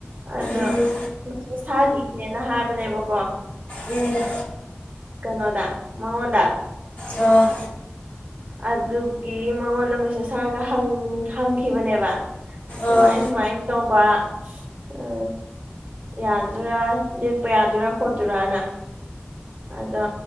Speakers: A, on the right; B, on the left.
A: ꯑꯗ
B: ꯎꯝ
A: ꯊꯥꯒꯤꯒꯦꯅ ꯍꯥꯏꯕꯅꯦꯕꯀꯣ
B: ꯎꯝ
A: ꯀꯩꯅꯣꯗ ꯃꯉꯣꯟꯗ
B: ꯑ
A: ꯑꯗꯨꯒꯤ ꯃꯉꯣꯟꯗ ꯃꯦꯁꯦꯁ ꯊꯥꯔꯒ ꯍꯪ ꯍꯪꯈꯤꯕꯅꯦꯕ ꯁꯨꯃꯥꯏ
B: ꯑꯥ
A: ꯁꯨꯃꯥꯏꯅ ꯇꯧꯕ ꯑ ꯌꯥꯗꯣꯏꯔꯥ ꯂꯦꯛꯄ ꯌꯥꯗꯣꯏꯔꯥ ꯈꯣꯠꯇꯣꯏꯔꯥꯅ ꯑꯗꯣ